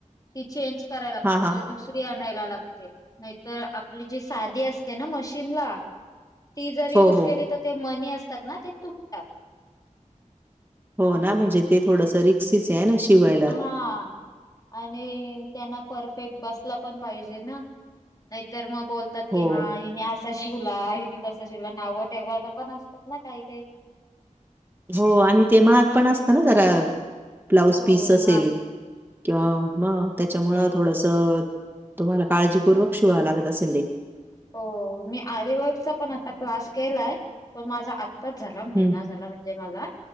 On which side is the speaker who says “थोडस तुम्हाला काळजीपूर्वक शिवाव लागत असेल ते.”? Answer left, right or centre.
Right